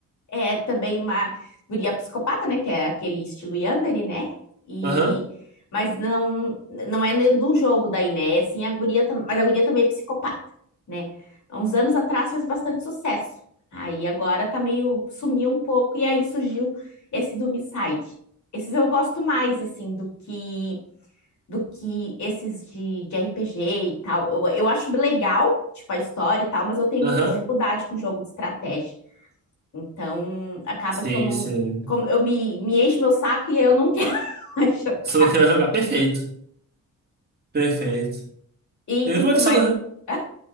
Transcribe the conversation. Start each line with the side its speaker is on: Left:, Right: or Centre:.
Left: é também uma guria psicopata, né? Que é aquele estilo Yandere, né? E...
Right: Aham.
Left: Mas não, não é nem do jogo daí, né? É assim, a guria, tam- mas a guria também é psicopata, né? Há uns anos atrás fez bastante sucesso. Aí agora tá meio, sumiu um pouco, e aí surgiu esse do Misside. Esses eu gosto mais, assim, do que do que esses de, de RPG e tal. Eu, eu acho legal, tipo, a história e tal, mas eu tenho
Right: Aham.
Left: muita dificuldade com jogo de estratégia. Então, acaba
Right: Sim,
Left: que eu não.
Right: sim.
Left: Como eu me, me encho meu saco e eu não <laughs> quero mais jogar.
Right: Solo Kill vai jogar. Perfeito. Perfeito.
Left: E
Right: E
Left: o que,
Right: como
Left: que
Right: é
Left: tu
Right: que seu,
Left: mais. Ah,